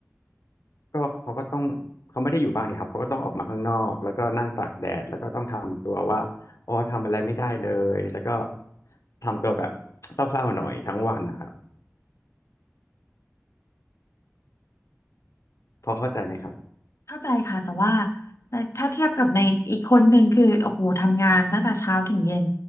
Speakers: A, on the left; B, on the left.
A: ก็เขาก็ต้องเขาไม่ได้อยู่บ้านไงครับเขาก็ต้องออกมาข้างนอกแล้วก็นั่งตากแดดแล้วก็ต้องทำตัวว่าอ๋อทำอะไรไม่ได้เลยแล้วก็ทำตัวแบบเศร้าๆหน่อยทั้งวันนะครับพอเข้าใจไหมครับ
B: เข้าใจค่ะแต่ว่าในถ้าเทียบกับในอีกคนหนึ่งคือโอ้โหทำงานตั้งแต่เช้าถึงเย็น